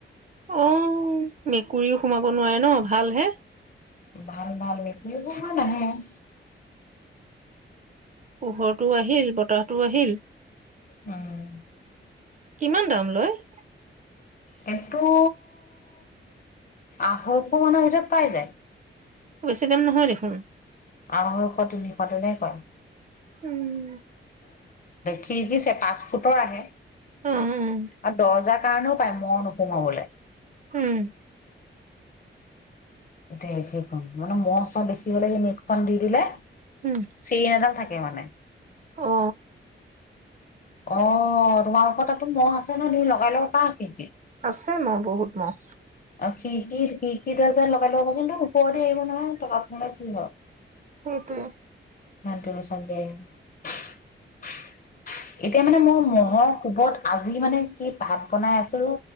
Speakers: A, on the right; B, on the left.
A: অ মেকুৰীও সোমাব নোৱাৰে ন ভালহে।
B: ভাল ভাল <unintelligible>
A: পোহৰটো আহিল বতাহটো আহিল।
B: উম
A: কিমান দাম লয়?
B: কিটো আঢ়ৈশ মানৰ ভিতৰত পাই যায়।
A: বেছি দাম নহয় দেখোন।
B: আঢ়ৈশ তিনিশটোনে কয়।
A: উম।
B: খিৰিকিৰ পাঁচ ফুটৰ আহে।
A: অ উম
B: আৰু দৰ্জাৰ কাৰণেও <unintelligible>
A: উম।
B: এয়া সেইখন মানে ম চ বেছি হ'লে স মটখন দি দিলে
A: উম
B: চেইন এডাল থাকে মানে।
A: অ।
B: অ তোমালোকৰ তাতো মহ আছে ন তুমি লগাই লগ পা কিন্তু।
A: আছে মা বহুত মাহ।
B: শিক খ আজাৰ লগাইব কিন্তু ওপৰতে আহিব নহয় টকা পে কিন্ধ।
A: সেইটোৱে।
B: <unintelligible> এতিয়া মানে মোৰ মহৰ কোবত। আজি মানে কি ভাত বনাই আছো।